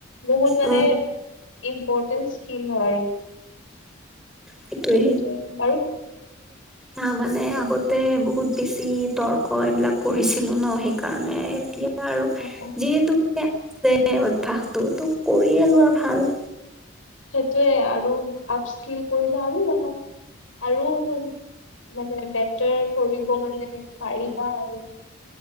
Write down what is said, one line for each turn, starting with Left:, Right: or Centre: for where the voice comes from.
Left: বহুত মানে
Centre: অ
Left: ইম্পৰ্টেন্ট স্কিল হয় আৰু সেইটো
Centre: সেইটোৱে
Left: আৰু বাৰু
Centre: আহ মানে আগতে বহুত বেছি তৰ্ক এইবিলাক কৰিছিলো ন সেইকাৰণে এতিয়া আৰু
Left: অ', অ',
Centre: যিহেতুে আছে অভ্যাসটো তো কৰিয়ে লোৱাই ভাল।
Left: সেইটোৱে আৰু আপ স্কিল কৰিলে আৰু ভাল আৰু মানে বেটাৰ কৰিব মানে পাৰিবা আৰু